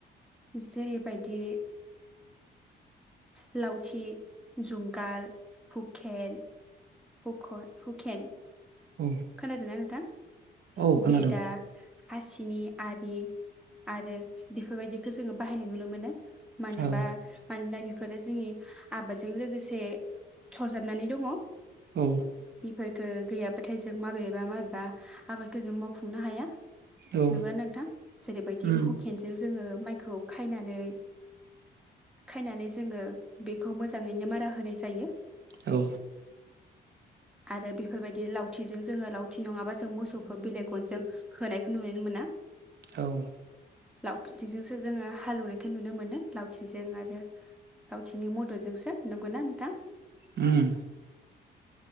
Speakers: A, in the centre; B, on the right.
A: जेरैबायदि लावथि जुंगाल हुखेन हुख हुखेन
B: औ
A: खोनादोंना नोंथां
B: औ खोनादों
A: बेेदा हासिनि आरि आरो बेफोरबायदिखौ जोंङो बाहायनाय नुनो मोनो मानेबा
B: औ
A: मानो बिदि बेफोरो जोंनि आबादजों लोगोसे सरजाबनानै दंङ
B: औ
A: फोरखो गैयाबाथाय जों माबेबा माबेबा आबादखौ जों मावफुंनो हाया
B: उम औ
A: नंगौना नोंथां जेरैबायदि
B: उम
A: हुकेनजों जोंङो माइखौ खायनानै खायनानै जोंङो बेखौ मोजांङैनो मारा होनाय जायो
B: औ
A: आरो बेफोरबायदि लावथिजों जोंङो लावथि नंङाबा जों जों मोसौखौ बिलेग गनजों होनायखौ नुनो मोना
B: औ
A: लाव खिथिजोंसो जोंङो हालेवनायखौ नुनो मोनो लावथिजों आरो लावथिनि मददजोंसो नंगौना नोंथां
B: उम